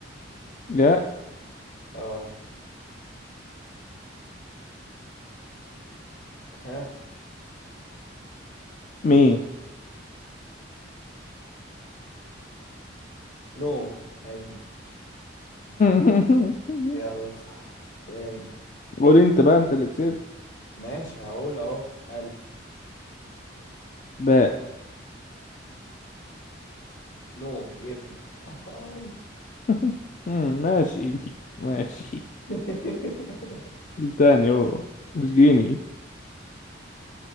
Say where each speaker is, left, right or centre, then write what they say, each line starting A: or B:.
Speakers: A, on the left; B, on the left.
A: يا
B: اه ها
A: ميم
B: نو أيمن
A: <laughs>
B: يلا تاني
A: قول انت بقى انت اللي كسبت
B: ماشي هقول أهو ألف
A: باء
B: نو ابن هاي
A: <laughs> مم، ماشي ماشي
B: <laughs>
A: قول تاني قول مش جيني